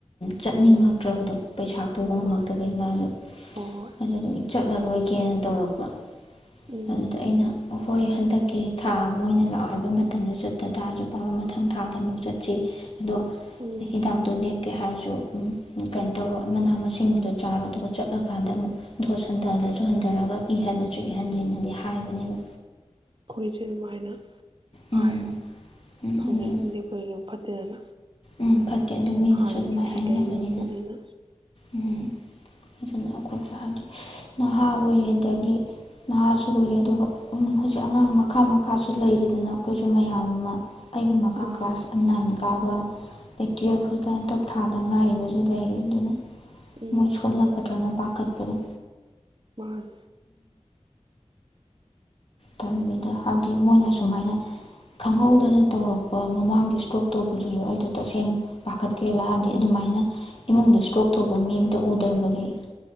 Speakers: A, on the left; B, on the right.
A: ꯆꯠꯅꯤꯡꯉꯛꯇ꯭ꯔꯕꯗꯣ
B: ꯎꯝ
A: ꯄꯩꯁꯥ ꯄꯨꯕ ꯉꯝꯃꯛꯇ
B: ꯃꯥꯅꯦ
A: ꯇꯧꯕꯩ ꯃꯥꯔ
B: ꯍꯣꯏ ꯍꯣꯏ
A: ꯑꯗꯨ ꯆꯠꯂꯔꯣꯏꯒꯦꯅ ꯇꯧꯔꯛꯄ
B: ꯎꯝ
A: ꯑꯗꯨꯗ ꯑꯩꯅ ꯑꯩꯈꯣꯏ ꯍꯟꯗꯛꯀꯤ ꯊꯥ ꯃꯣꯏꯅ ꯂꯥꯛꯑꯣ ꯍꯥꯏꯕ ꯃꯇꯝꯗ ꯆꯠꯇ ꯇꯥꯔꯁꯨ ꯄꯥꯕ ꯃꯊꯪ ꯊꯥꯗ ꯑꯃꯨꯛ ꯆꯠꯁꯤ ꯑꯗꯣ
B: ꯎꯝ
A: ꯍꯤꯗꯥꯛꯇꯨꯗꯤ ꯀꯦ ꯍꯥꯏꯔꯁꯨ ꯀꯩꯅꯣ ꯇꯧꯔ ꯃꯅꯥ ꯃꯁꯤꯡꯗꯨ ꯆꯥꯔꯣ ꯑꯗꯨꯒ ꯆꯠꯂꯀꯥꯟꯗ ꯑꯃꯨꯛ ꯣꯠ ꯍꯟꯊꯍꯜꯂꯁꯨ ꯍꯟꯊꯔꯒ ꯏꯍꯜꯂꯁꯨ ꯏꯍꯟꯗꯦꯅꯗꯤ ꯍꯥꯏꯕꯅꯦꯕ
B: ꯑꯩꯈꯣꯏꯁꯦ ꯅꯨꯡꯃꯥꯏꯅ
A: ꯎꯝ
B: ꯍꯥꯏꯌꯣ
A: ꯎꯝ
B: ꯈꯪꯉꯦ
A: ꯑꯗꯨꯅ
B: ꯑꯃꯅꯦꯦ ꯑꯩꯈꯣꯏꯒ ꯐꯠꯇꯦꯗꯅ
A: ꯎꯝ ꯐꯠꯇꯦ ꯑꯗꯨ ꯃꯤꯅꯁꯨ
B: ꯍꯥꯟꯅ
A: ꯑꯗꯨꯃꯥꯏꯅ
B: ꯕꯤ ꯄꯤ
A: ꯍꯥꯏꯅꯕꯅꯤꯅ
B: ꯂꯩꯈꯤꯕ ꯄꯣꯠꯅꯤꯅ
A: ꯎꯝ ꯐꯅ ꯑꯩꯈꯣꯏꯁꯨ ꯍꯥꯏꯗꯤ ꯅꯍꯥ ꯑꯣꯏꯔꯤꯦꯗꯒꯤ ꯅꯍꯥꯁꯨ ꯑꯣꯏꯔꯦ ꯑꯗꯨꯒ ꯍꯧꯖꯤꯛ ꯑꯉꯥꯡ ꯃꯈꯥ ꯃꯈꯥꯁꯨ ꯂꯩꯔꯤꯗꯅ ꯑꯩꯈꯣꯏꯁꯨ ꯃꯌꯥꯝ ꯑꯃ ꯑꯩꯒꯤ ꯃꯈꯀꯥ
B: ꯃꯥꯅꯦ
A: ꯀ꯭ꯂꯥꯁ ꯑꯅꯥꯏꯅꯤ ꯀꯥꯕ ꯑ ꯇꯨꯌꯦꯐ ꯈꯛꯇ ꯍꯟꯇꯛ ꯊꯥꯗ ꯉꯥꯏꯔꯤꯕꯁꯨ ꯂꯩꯔꯤ ꯑꯗꯨꯅ
B: ꯎꯝ
A: ꯃꯣꯏ ꯁꯣꯜꯂꯛꯀꯗ꯭ꯔꯅ ꯂꯧꯈꯠꯄꯤꯗ
B: ꯋꯥꯜ
A: ꯇꯜꯂꯤꯗ ꯍꯥꯏꯕꯗꯤ ꯃꯣꯏꯅ ꯁꯨꯃꯥꯏꯅ ꯈꯪꯍꯧꯗꯅ ꯇꯧꯔꯛꯄ ꯃꯃꯥꯡꯒꯤ ꯏꯁꯇ꯭ꯔꯣꯛ ꯇꯧꯕꯗꯨꯁꯨ ꯑꯩꯗꯣ ꯇꯁꯦꯡꯅ ꯄꯥꯈꯠꯈ꯭ꯔꯦꯕ ꯍꯥꯏꯕꯗꯤ ꯑꯗꯨꯃꯥꯏꯅ ꯏꯃꯨꯡꯗ ꯏꯁꯇ꯭ꯔꯣꯛ ꯇꯧꯕ ꯃꯤ ꯑꯝꯇ ꯎꯗ꯭ꯔꯕꯒꯤ